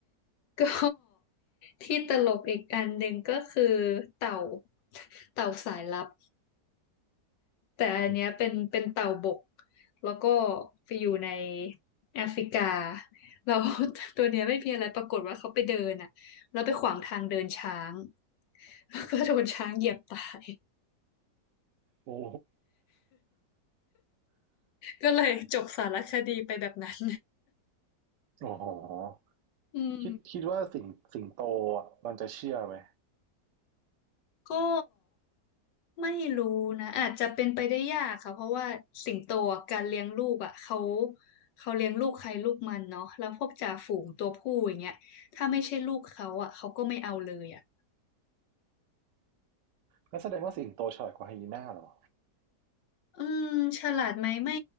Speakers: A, on the left; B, on the right.
A: ก็ที่ตลกอีกอันหนึ่งก็คือเต่าเต่าสายลับแต่อันเนี้ยเป็นเป็นเต่าบก
B: อืม
A: แล้วก็ไปอยู่ในแอฟริกาเรา <laughs> ตัวเนี้ยไม่มีอะไรปรากฏว่าเขาไปเดินอ่ะแล้วไปขวางทางเดินช้างแล้วก็โดนช้างเหยียบตาย
B: โอ้
A: ก็เลยจบสารคดีไปแบบนั้น
B: อ๋อ
A: อืม
B: คิดคิดว่าสิงสิงโตอ่ะมันจะเชื่อไหม
A: ก็ไม่รู้นะอาจจะเป็นไปได้ยากค่ะเพราะว่าสิงโตอะการเลี้ยงลูกอ่ะเขาเขาเลี้ยงลูกใครลูกมันเนาะแล้วพวกจ่าฝูงตัวผู้อย่างเงี้ยถ้าไม่ใช่ลูกเขาอ่ะเขาก็ไม่เอาเลยอ่ะ
B: งั้นแสดงว่าสิงโตฉลาดกว่าไฮยีน่าเหรอ
A: อืมฉลาดไหมไม่